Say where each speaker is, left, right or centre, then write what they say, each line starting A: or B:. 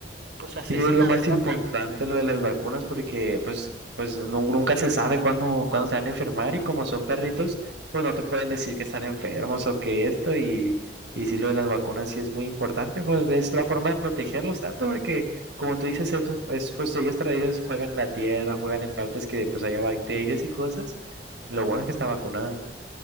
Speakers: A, on the right; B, on the right.
A: pues asesina
B: Y es lo más
A: de ratas.
B: importante lo de las vacunas porque pues, pues nu- nunca se sabe cuándo, cuándo se van a enfermar y como son perritos, pues no te pueden decir que están enfermos o que esto y, y sí lo de las vacunas sí es muy importante, pues es la forma de protegerlos tanto porque como tú dices, eso es, pues ellos, tra- ellos juegan en la tierra, juegan en partes que pues haya bacterias y cosas. Lo bueno es que está vacunada.